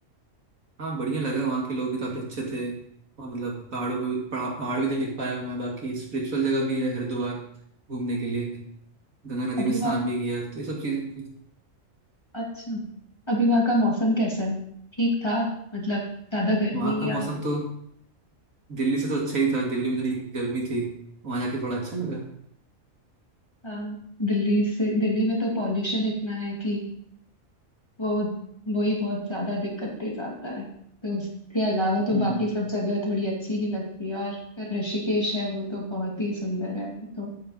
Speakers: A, on the right (about 80°); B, on the left (about 20°).
A: हाँ बढ़िया लगा वहाँ के लोग भी काफी अच्छे थे और मतलब पहाड़ों में पहाड़ पहाड़ भी देख पाया मैं बाकी स्पिरिचुअल जगह भी है हरिद्वार घूमने के लिए गंगा नदी
B: अभी
A: में स्नान
B: वहाँ
A: भी किया तो ये सब चीज
B: अच्छा अभी वहाँ का मौसम कैसा है ठीक था मतलब ज्यादा गर्मी
A: वहाँ का मौसम
B: या
A: तो दिल्ली से तो अच्छा ही था दिल्ली में इतनी गर्मी थी वहाँ जाके थोड़ा अच्छा लगा
B: आ, दिल्ली से दिल्ली में तो पॉल्यूशन इतना है कि वो वही बहुत ज्यादा दिक्कत दे जाता है तो उसके अलावा तो
A: हम्म
B: बाकी सब जगह थोड़ी अच्छी ही लगती है और फिर ऋषिकेश है वो तो बहुत ही सुंदर है वो तो